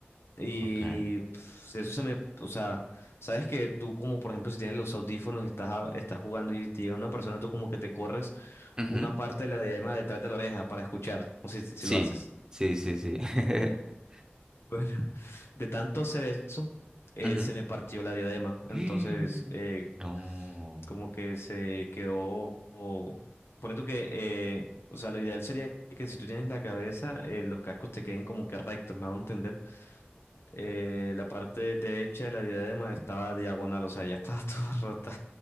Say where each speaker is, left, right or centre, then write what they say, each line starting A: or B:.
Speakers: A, on the left (about 80°); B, on the right (about 15°).
A: Y
B: ok.
A: pf, eso se me, o sea, sabes que tú como por ejemplo si tienes los audífonos, estás, a- estás jugando y te llega una persona, tú como que te corres
B: ujú,
A: una parte de la diadema detrás de la oreja para escuchar. No sé si, si
B: Sí,
A: lo haces.
B: sí, sí, sí. <laughs>
A: Bueno, De tanto hacer eso, eh,
B: Ujú.
A: se me partió la diadema. Entonces,
B: <gasps>
A: eh,
B: No.
A: como que se quedó. O, ponle tú que. eh, o sea, lo ideal sería que si tú tienes la cabeza, eh, los cascos te queden como que rectos, me hago entender. Eh, la parte derecha de la diadema estaba diagonal, o sea, ya estaba <laughs> toda rota.